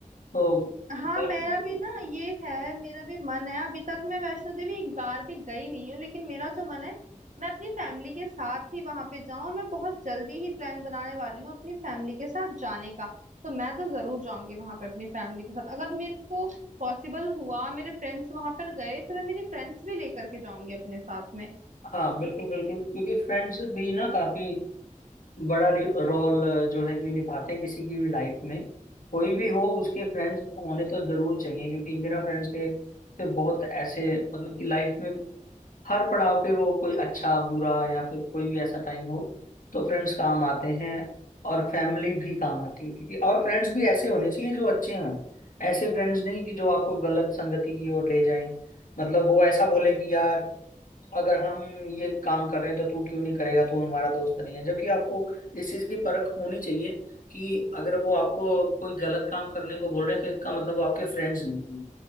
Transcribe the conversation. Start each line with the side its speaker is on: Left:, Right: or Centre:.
Left: तो
Right: हाँ
Left: बाकी
Right: मेरा
Left: भी
Right: भी ना ये है मेरा भी मन है अभी तक मैं वैष्णो देवी एक बार भी गई नहीं हूँ लेकिन मेरा जो मन है मैं अपनी फैमिली के साथ ही वहां पे जाऊं और मैं बहुत जल्दी ही प्लान बनाने वाली हूँ अपनी फैमिली के साथ जाने का तो मैं तो जरूर जाऊंगी वहां पे अपनी फैमिली के साथ अगर मेरे को पॉसिबल हुआ मेरे फ्रेंड्स वहां पर गए तो मैं मेरे फ्रेंड्स भी लेकर के जाऊंगी अपने साथ में
Left: हाँ बिल्कुल बिल्कुल क्योंकि फ्रेंड्स भी ना काफी बड़ा रोल जो है कि निभाते हैं किसी की भी लाइफ में कोई भी हो उसके फ्रेंड्स होने तो जरूर चाहिए क्योंकि बिना फ्रेंड्स के फिर बहुत ऐसे मतलब कि लाइफ में हर पड़ाव पे वो कोई अच्छा बुरा या फिर कोई भी ऐसा टाइम हो तो फ्रेंड्स काम आते हैं और फैमिली भी काम आती है क्योंकि और फ्रेंड्स भी ऐसे होने चाहिए जो अच्छे हों ऐसे फ्रेंड्स नहीं कि जो आपको गलत संगति की ओर ले जाएं मतलब वो ऐसा बोले कि यार अगर हम ये काम कर रहे हैं तो तू क्यों नहीं करेगा तू हमारा दोस्त नहीं है जबकि आपको इस चीज की परख होनी चाहिए कि अगर वो आपको कोई गलत काम करने को बोल रहे हैं तो इसका मतलब वो आपके फ्रेंड्स नहीं हैं